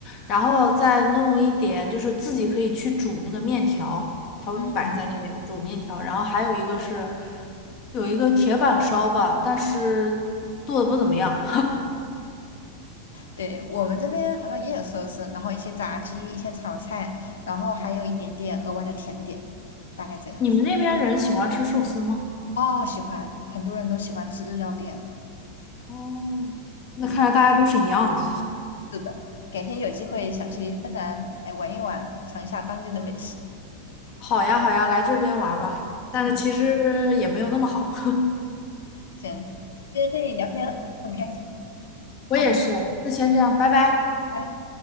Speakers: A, on the left; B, on the left.
A: 然后再弄一点就是自己可以去煮那个面条，它会摆在那边煮面条，
B: 嗯。
A: 然后还有一个是有一个铁板烧吧，但是做的不怎么样。
B: 对，我们这边好像也有寿司，然后一些炸鸡，一些炒菜，然后还有一点点额外的甜点，大概这样子。
A: 你们那边人喜欢吃寿司吗？
B: 哦，喜欢，很多人都喜欢吃日料店。
A: 哦，那看来大家都是一样的。
B: 对，是的，改天有机会想去芬兰，哎，玩一玩，尝一下当地的美食。
A: 好呀，好呀，来这边玩儿吧。但是其实也没有那么好。
B: 嗯，
A: <laughs>
B: 行，今天跟你聊天很开心，
A: 我也是，
B: 好，
A: 那先这样，拜拜。
B: 拜拜。